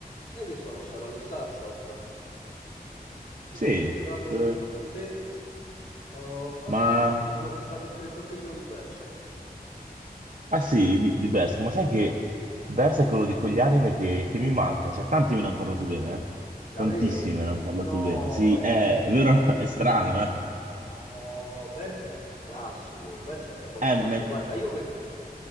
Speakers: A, on the left; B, on the right.
A: Sai che sono stato allo Starshop? Mi
B: Sì,
A: sono comprato...
B: eh,
A: Sì, ho quasi
B: ma...
A: finito. Mi sono comprato il 38esimo di Berserk.
B: Ah sì, di, di Berserk, ma sai che Berserk è quello di quegli anime che, che mi manca, cioè tanti me ne hanno parlato bene, eh?
A: Davvero?
B: Tantissimi me ne hanno parlato
A: No,
B: bene, sì,
A: eh.
B: è vero, <laughs> è strano, eh?
A: No, Berserk è un classico. Berserk è proprio
B: Eh,
A: un classico.
B: me
A: Guarda, io per,